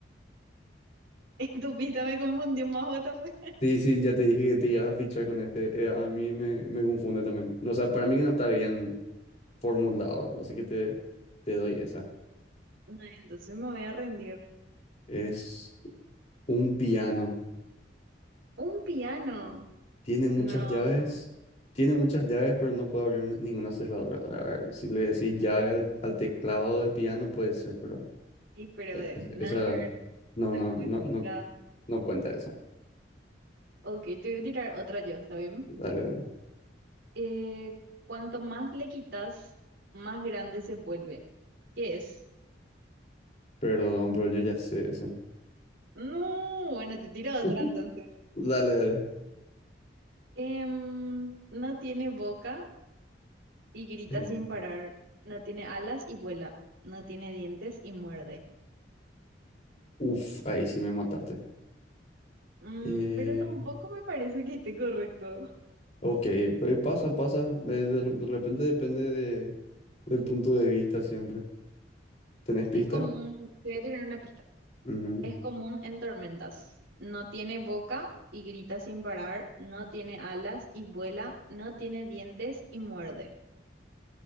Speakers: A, on the right; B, on the left.
A: <laughs> tu pista me confundió más, what the fuck.
B: Sí, sí, ya te dije que te ibas a pichar con este. Eh, a mí me, me confunde también. No, o sea, para mí que no está bien formulado, así que te, te doy esa.
A: No, entonces me voy a rendir.
B: Es un piano
A: Un piano.
B: Tiene muchas
A: No,
B: llaves. Tiene muchas llaves, pero no puede abrir ninguna cerradura. A ver, si le decís
A: No,
B: llave al, al teclado del piano, puede ser, pero
A: sí, pero
B: e-
A: eh,
B: es-
A: nada
B: esa.
A: que ver.
B: No,
A: está
B: no,
A: muy
B: no,
A: complicada.
B: no, no cuenta eso.
A: Ok, te voy a tirar otra yo, ¿está bien?
B: Dale, dale.
A: Eh, cuanto más le quitas, más grande se vuelve. ¿Qué es?
B: Perdón, bro, yo ya sé eso.
A: No, bueno, te tiro otra
B: <laughs>
A: entonces.
B: Dale, dale.
A: Em, no tiene boca, y grita
B: Eh,
A: sin parar. No tiene alas y vuela. No tiene dientes y muerde.
B: uf, ahí sí me mataste.
A: Mm,
B: Eh,
A: pero tampoco me parece que esté correcto.
B: ok, eh, pasa, pasa. Eh, de, de repente depende de, del punto de vista siempre. ¿Tenés pista?
A: Es común, te voy a tirar una pista.
B: Ujú.
A: Es común en tormentas. No tiene boca y grita sin parar. No tiene alas y vuela. No tiene dientes y muerde.